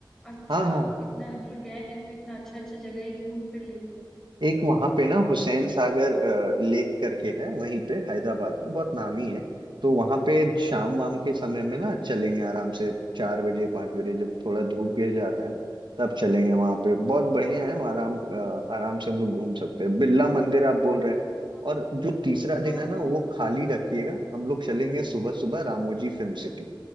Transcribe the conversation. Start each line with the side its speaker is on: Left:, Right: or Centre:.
Centre: अच्छा
Right: हाँ हाँ
Centre: इतना दूर गए हैं तो इतना अच्छा अच्छा जगह ही घूम फिर लेंगे
Right: एक वहां पे ना हुसैन सागर अ, लेक करके है वहीं पे हैदराबाद में बहुत नामी है तो वहां पे शाम वाम के समय में ना चलेंगे आराम से चार बजे पांच बजे जब थोड़ा धूप गिर जाता है ना तब चलेंगे वहां पे बहुत बढ़िया है वहाँ आराम अ, आराम से हम लोग घूम सकते हैं बिरला मंदिर आप बोल रहे हैं
Centre: हाँ
Right: और जो तीसरा दिन
Centre: हाँ
Right: है ना
Centre: हाँ।
Right: वो खाली रखिएगा हम लोग चलेंगे सुबह सुबह रामोजी फिल्म सिटी